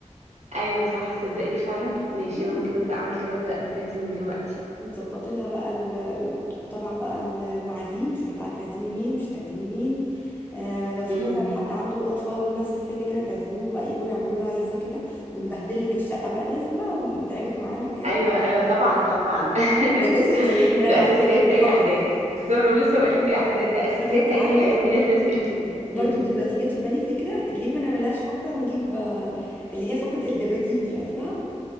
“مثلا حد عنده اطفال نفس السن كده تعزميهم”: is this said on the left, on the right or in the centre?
Left